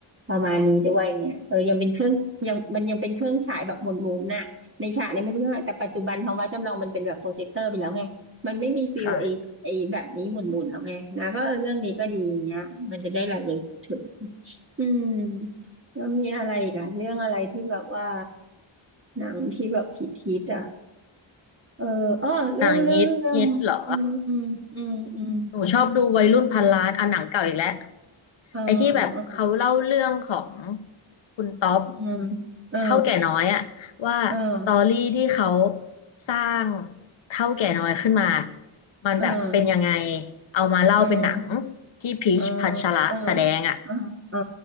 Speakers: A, on the right; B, on the left.
A: ประมาณนี้ด้วยเนี่ยเออยังเป็นเครื่องยังมันยังเป็นเครื่องฉายแบบหมุนๆน่ะในฉากเนี้ไม่รู้ว่าแต่ปัจจุบันท้องฟ้าจำลองมันเป็นแบบโปรเจคเตอร์ไปแล้วไงมันไม่มีฟิลไอ้ไอ้แบบนี้หมุนๆแล้วไงนะก็เออเรื่องนี้ก็ดีเงี้ยมันจะได้ระลึกถึง
B: ค่ะ
A: อืมแล้วมีอะไรอีกันเรื่องอะไรที่แบบว่าหนังที่แบบพีคๆอ่ะ เอออ้อเรื่องเรื่องเรื่องอืมอืมอืมอืม
B: หนังฮิตฮิตเหรอหนูชอบดูวัยรุ่นพันล้านอ่ะหนังเก่าอีกแล้ว
A: อ่า
B: ไอ้ที่แบบเขาเล่าเรื่องของ
A: อ่า
B: คุณต๊อป
A: อืมอ่า
B: เท่าแก่น้อยอะว่าสตอรี่ที่เขา
A: อ่า
B: สร้างเท่าแก่น้อยขึ้นมามันแบบเป็นยังไง
A: อ่า
B: เอามาเล่าเป็นหนัง
A: อ่า
B: ที่พีชพัชระแสดงอะ
A: อ่าอ่าอ่าอ๋อ